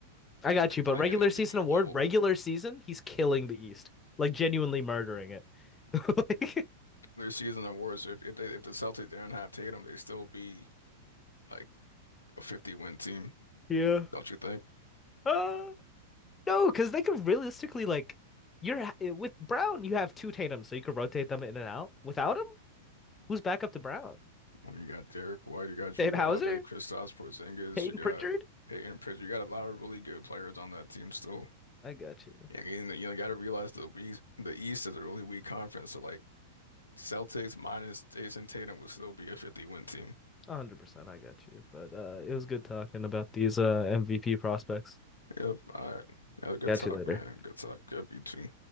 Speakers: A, on the left; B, on the left.
A: I got
B: been
A: you,
B: playing
A: but regular
B: at MVP
A: season award,
B: level.
A: regular season, he's killing the East. Like genuinely murdering it. <laughs> Like,
B: Their season awards. So if if, they, if the Celtics didn't have Tatum, they'd still be like a 50 win team,
A: yeah.
B: don't you think?
A: Ah. No, because they could realistically like you're ha- eh, with Brown, you have two Tatum, so you could rotate them in and out. Without him, who's back up to Brown?
B: I mean, you got Derek White, you got Drew
A: Dave Hauser,
B: Holiday, Kristaps Porzingis,
A: Peyton
B: you got
A: Pritchard.
B: Peyton Pritchard. You got a lot of really good players on that team still.
A: <laughs> I got you,
B: And you know, you got to realize the East, the East is a really weak conference. So like Celtics minus Jason Tatum will still be a 50 win team.
A: one hundred percent. I got you. But uh, it was good talking about these uh MVP prospects.
B: Yep. All right. Yeah, good
A: Got
B: talk,
A: you later.
B: man. Good talk. Yep, you too.